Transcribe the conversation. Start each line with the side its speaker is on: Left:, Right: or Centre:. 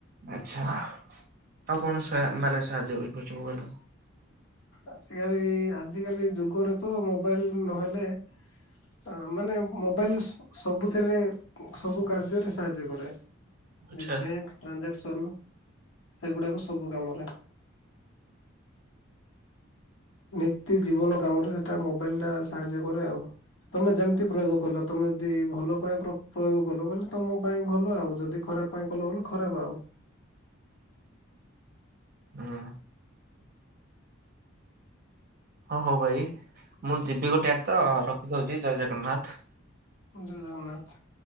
Right: ଆଛା ଆଉ କଣ ସୋୟା ମାନେ ସାହାର୍ଯ୍ୟ କରିପାରୁଚି ମୋବାଇଲ ତମ
Left: ଆଜିକାଲି ଆଜିକାଲି ଯୁଗରେ ତ ମୋବାଇଲ ନହେଲେ ଅ ମାନେ ମୋବାଇଲ ସ ସବୁଥିରେ ସବୁ କାର୍ଯ୍ୟରେ ସାହାର୍ଯ୍ୟ କରେ।
Right: ଆଚ୍ଛା
Left: ବି-ବ୍ୟାଙ୍କ ଟ୍ରାଞ୍ଜାକ୍ସନ ସେଗୁଡାକ ସବୁ କାମରେ। ନିତ୍ୟ ଜୀବନ କାମରେ ସେଟା ମୋବାଇଲ ଟା ସାହାଯ୍ୟ କରେ ଆଉ। ତମେ ଯେମିତି ପ୍ରୟୋଗ କଲ ତମେ ଯଦି ଭଲ ପାଇଁ ପ୍ର-ପ୍ରୟୋଗ କଲ ଭଲ ତମ ପାଇଁ ଭଲ ଆଉ ଯଦି ଖରାପ ପାଇଁ କଲ ବଲ ଖରାପ ଆଉ।
Right: ହଁ। ହଁ ହଉ ଭାଇ ମୁଁ ଯିବି ଗୋଟେ ଆଟ୍ ତ ରଖିଦଉଚି ଜୟ ଜଗନ୍ନାଥ।
Left: ଜୟ ଜଗନ୍ନାଥ।